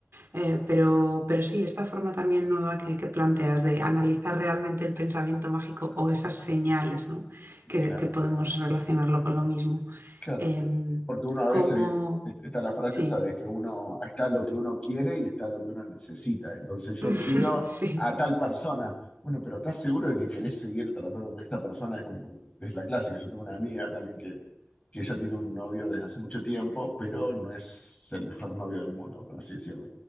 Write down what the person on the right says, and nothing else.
Eh, pero, pero sí, esta forma también nueva que, que, planteas de analizar realmente el pensamiento mágico o esas señales ¿no? que,
que, podemos relacionarlo con lo mismo.
Eh,
como...
Sí,
<laughs>
sí.